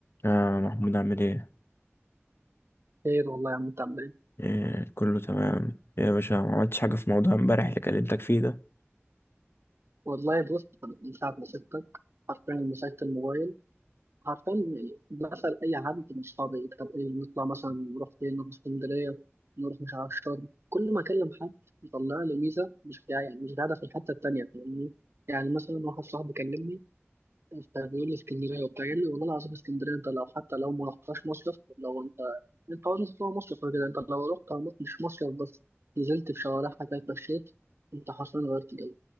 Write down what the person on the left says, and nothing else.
آه محمود عامل ايه؟
إيه كله تمام إيه يا باشا ما عملتش حاجة في موضوع امبارح اللي كلمتك فيه ده